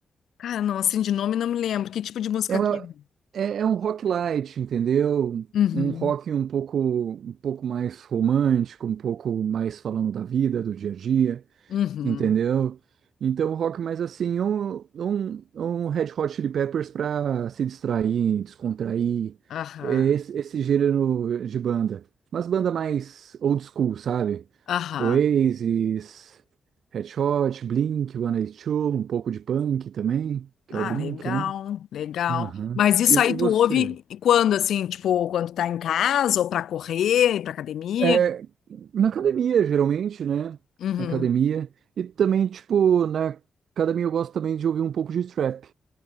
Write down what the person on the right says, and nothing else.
É, uma-
é, é um rock light, entendeu?
Um rock um pouco, um pouco mais romântico, um pouco mais falando da vida, do dia a dia,
entendeu? Então, um rock mais assim, um, um, um Red Hot Chili Peppers para se distrair, descontrair.
É esse, esse gênero de banda. Mas banda mais old school, sabe?
Oasis, Red Hot, Blink, 182, um pouco de punk também, que
é o Blink,
né?
Aham.
E e
você?
É, na academia, geralmente, né?
Na academia. E também, tipo, na academia eu gosto também de ouvir um pouco de trap.